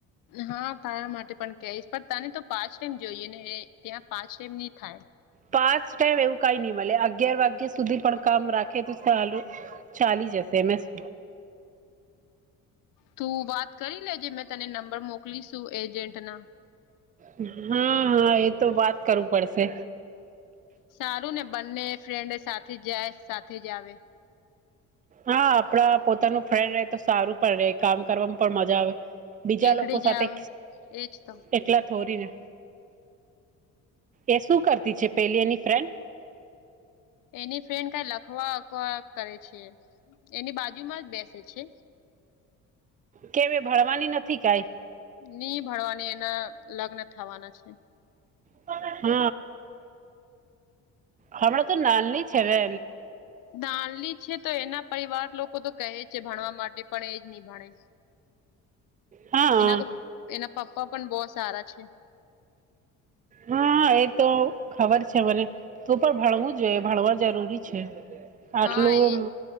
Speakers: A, on the left; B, on the right.
A: હા તારા માટે પણ કહીશ પણ તને તો પાંચ ટાઈમ જોઈએ ને ત્યાં પાંચ ટાઈમ નહી થાય
B: પાંચ ટાઈમ એવું કઈ નહી મળ અગિયાર વાગ્યા સુધી પણ કામ રાખે તો ચાલું ચાલી જશે એમે શ
A: તું વાત કરી લેજે મેં તને નંબર મોકલીશું એજન્ટના
B: હમ્મ એ તો વાત કરવું પડશે
A: સારું ને બંને ફ્રેન્ડ સાથે જાય સાથે જ આવે
B: હા આપડા પોતાનું ફ્રેન્ડ રહે તો સારું પણ ર કામ કરવાવામાં પણ મજા આવે બીજા
A: એકડે
B: લોકો
A: જ
B: સાથે
A: આવે, એજ તો
B: કેટલા થોરીને એ શું કરતી છે પેલી એની ફ્રેન્ડ.
A: એની ફ્રેન્ડ કઈ લખવાખવા કરે છે એની બાજુમાં જ બેસે છે
B: કે ભણવાની નથી કાઈ
A: ની ભરવાની એના લગ્ન થવાના છે.
B: હ હ હમણાં તો નાલી છે ને
A: દળની છે તો એના પરિવાર લોકો તો કહે છે ભણવા માટે પણ એજ નહી ભણે
B: હા
A: એના તો એના પપ્પા પણ બહ સારા છે.
B: હા એતો ખબર છે મને તો પણ ભણવું જોઈએ ભણવા જરૂરી છે. આટલું
A: હા એ